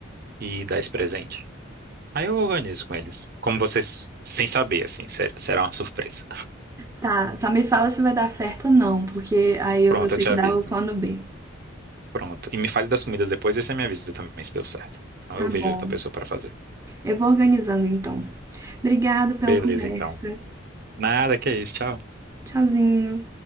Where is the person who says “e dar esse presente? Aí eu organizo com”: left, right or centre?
Right